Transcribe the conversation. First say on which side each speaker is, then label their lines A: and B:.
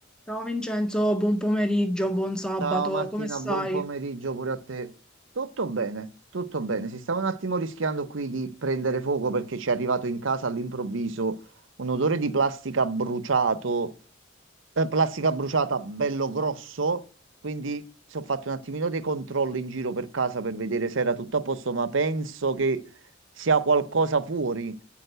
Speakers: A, in the centre; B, on the right (about 70°).
A: Ciao Vincenzo, buon pomeriggio, buon sabato,
B: Ciao Martina,
A: come stai?
B: buon pomeriggio pure a te. Tutto bene, tutto bene. Si stava un attimo rischiando qui di prendere fuoco perché ci è arrivato in casa all'improvviso un odore di plastica bruciato, eh, plastica bruciata bello grosso, quindi ho fatto un attimino dei controlli in giro per casa per vedere se era tutto a posto, ma penso che sia qualcosa fuori.